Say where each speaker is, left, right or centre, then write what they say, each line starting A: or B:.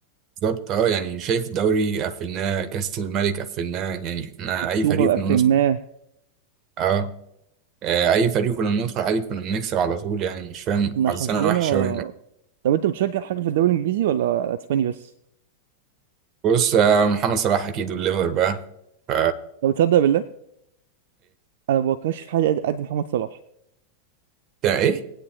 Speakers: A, on the right; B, on the right.
A: بالظبط اه يعني شايف الدوري قفلناه كاس الملك قفلناه يعني احنا
B: السوبر
A: اي فريق كنا
B: قفلناه
A: بندخل اه آه، اي فريق كنا بندخل عادي كنا بنكسب على طول يعني مش فاهم
B: احنا
A: حظنا
B: حظنا
A: وحش قوي هنا
B: طب انت بتشجع حاجه في الدوري الانجليزي ولا الاسباني بس؟
A: بص آه، محمد صلاح اكيد والليفر بقى ف
B: طب تصدق بالله انا ما بكرهش في حاجه قد قد محمد صلاح
A: يعني ايه